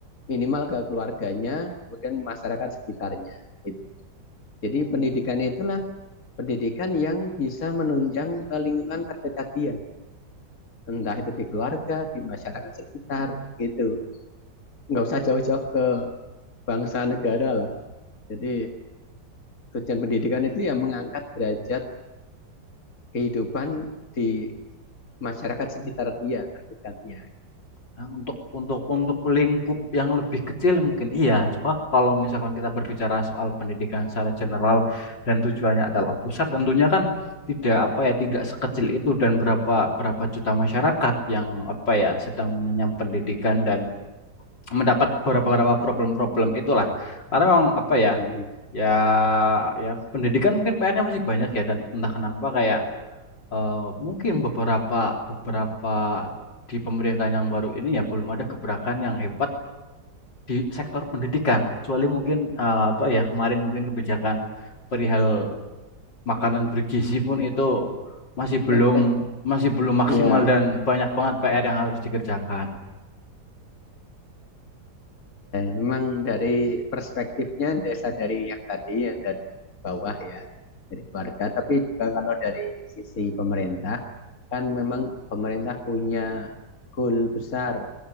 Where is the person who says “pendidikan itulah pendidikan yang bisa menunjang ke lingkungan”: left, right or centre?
Left